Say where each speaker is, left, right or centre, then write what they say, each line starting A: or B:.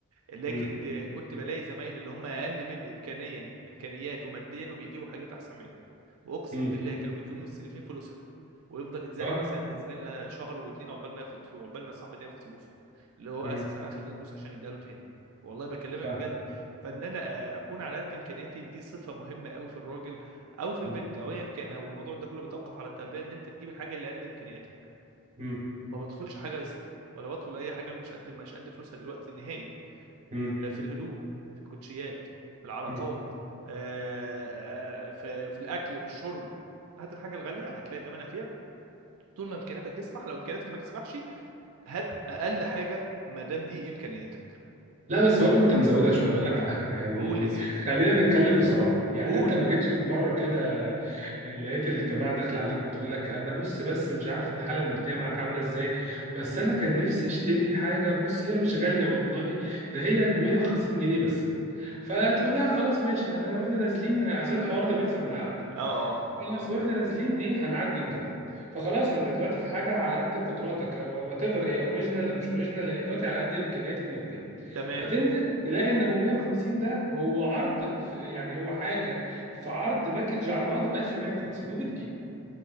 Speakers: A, on the right; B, on the right.
A: لكن
B: مم.
A: دي كنت بلاقي زمايلي اللي هم اقل مني امكانيا امكانيات وماديا وبيجيبوا حاجات احسن مني واقسم
B: مم.
A: بالله كانوا بيكونوا مستلفين فلوسها ويفضل يتذل
B: اه
A: مثلا لزميلنا شهر واتنين عقبال ما ياخد عقبال ما صاحبي ده ياخد فلوسه اللي هو
B: مم.
A: اساسا اخد منه فلوس عشان يديها له تاني والله بكلمك
B: فعلا
A: بجد فان انا آه، اكون على قد امكانياتي دي صفه مهمه قوي في الراجل او في البنت
B: مم.
A: او ايا كان او الموضوع ده كله بيتوقف على التربيه ان انت تجيب الحاجه اللي قد امكانياتك
B: مم.
A: ما بدخلش حاجه قسط ولا بدخل اي حاجه مش قد مش قد فلوسها دلوقتي نهائي
B: مم.
A: في في الهدوم في الكوتشيات في العلاقات
B: مم.
A: آه، آه، في في الاكل في الشرب هات الحاجه الغاليه هتلاقي ثمنها فيها طول ما امكانياتك تسمح لو امكانياتك ما تسمحش هات اقل حاجه ما دام دي امكانياتك
B: لا بس برضه انت مزودها شويه اقول لك على حاجه يعني
A: قول يا سيدي
B: خلينا نتكلم بصراحه يعني
A: قول
B: انت ما جيتش في مره كده لقيت الجماعه داخله عليك بتقول لك انا بص بس مش عارفه الحاله الماديه معاك عامله ازاي بس انا كان نفسي اشتري حاجه بص هي مش غاليه والله ده هي ب 150 جنيه بس فتقول لها خلاص ماشي انا واحنا نازلين عشان الحوار ده بيحصل معايا
A: اه اه
B: خلاص
A: اه
B: واحنا نازلين ايه هنعدي نجيبها فخلاص انت دلوقتي في حاجه على قد قدراتك او وات ايفر هي اوريجينال او مش اوريجينال هي دلوقتي على قد امكانياتي الماديه
A: تمام
B: فتنزل تلاقي ان ابو 150 ده هو عرض في يعني هو حاجه في عرض باكج على بعضه ب 1150 وبتجيب